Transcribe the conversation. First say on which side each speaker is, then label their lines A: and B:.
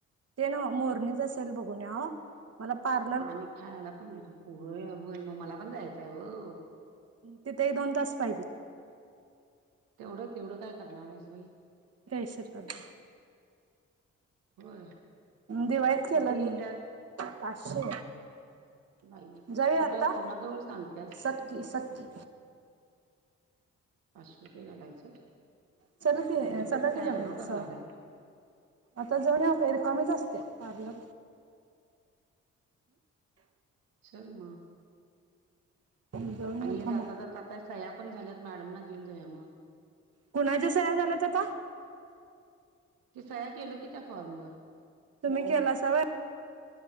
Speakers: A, on the right (about 50°); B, on the right (about 85°).
A: ते नव्ह मोरणीच सेल बघून याव मला पार
B: आणि खायला पण होय, होय मग मला पण जायचं आहे हो.
A: तिथ एक दोन तास पाहिजे.
B: तेवढं तेवढं काय करणार आहेस.
A: फेशियल करू.
B: होय
A: दिवाळीत केलं
B: किती
A: नाही
B: घेत्यात
A: पाचशे.
B: बाई
A: जाऊ
B: कुठं
A: आता
B: कुणाजवळ सांगत्यास
A: सकी सकी.
B: पाचशे रुपये घालायचं.
A: चला की,
B: मी
A: चला
B: फक्त
A: की
B: आयब्रो
A: सग
B: करणार
A: स.
B: आहे
A: आता जाऊन येऊ का हि रिकामीच आसत्या, पार्लर
B: चल मग
A: हम्म जाऊन येऊ
B: आणि हे
A: थांबा
B: जाता जाता सह्या पण झाल्यात मॅडम ना देऊन जाऊ मग.
A: कुणाच्या सह्या झाल्यात आता?
B: ते सह्या केलो की त्या फॉर्मवर
A: तुम्ही केलासा व्हय?